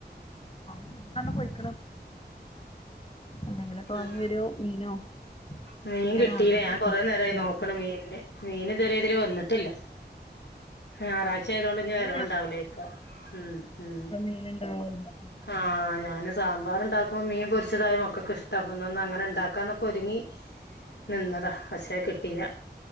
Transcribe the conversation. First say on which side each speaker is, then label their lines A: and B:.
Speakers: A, on the left; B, on the left.
A: ആ ഇന്ന് പോയിക്ക്ണ് എന്തെങ്കിലൊക്കെ
B: ഉം
A: വാങ്ങി വരവും മീനോ.
B: മീൻ
A: ചിക്കനോ
B: കിട്ടിയില്ല
A: എന്തെങ്കിലുമൊക്കെ
B: ഞാൻ കൊറേ നേരായി
A: ഉം
B: നോക്ക് ണ് മീനിന്. മീൻ ഇതുവരെ ഇതിലെ വന്നിട്ടില്ല. ഞാറാഴ്ച ആയതുകൊണ്ട് ഇഞ്ഞ്
A: ഇന്ന്
B: വരവ് ഉണ്ടാവൂലെര്ക്കും ഉം, ഉം.
A: മീന് ഉണ്ടാവൂല്ല <unintelligible>
B: ആഹ് ഞാന് സാമ്പാറണ്ടാക്കും മീൻ പൊരിച്ചതായും ഒക്കൊക്കെ ഇഷ്ട അപ്പന്ന് അങ്ങനെ ഇണ്ടാക്കാന്നൊക്കെ ഒരുങ്ങി <inaudible> നിന്നതാ പക്ഷേ കിട്ടീല്ല